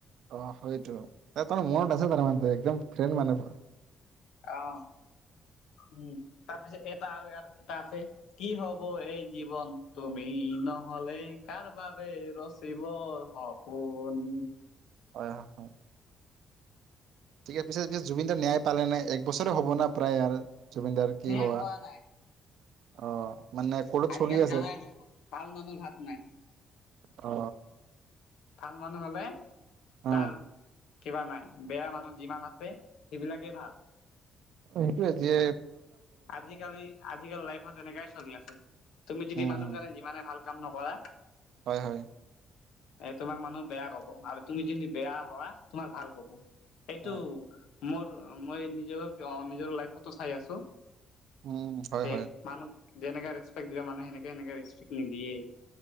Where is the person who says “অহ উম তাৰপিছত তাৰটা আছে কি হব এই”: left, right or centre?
Left